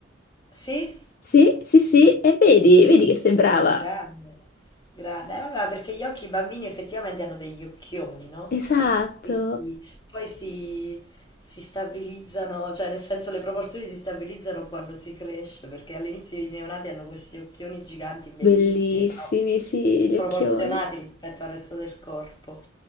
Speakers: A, on the left (about 25°); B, on the left (about 50°).
A: Sì?
B: Sì, sì, sì, e vedi, vedi che sei brava.
A: Grande, grande. Eh, vabbè, perché gli occhi i bambini effettivamente hanno degli occhioni, no?
B: Esatto.
A: Quindi poi si, si stabilizzano, cioè nel senso le proporzioni si stabilizzano quando si cresce, perché all'inizio i neonati hanno questi occhioni giganti, bellissimi,
B: Bellissimi,
A: però
B: sì,
A: sproporzionati
B: gli occhioni.
A: rispetto al resto del corpo.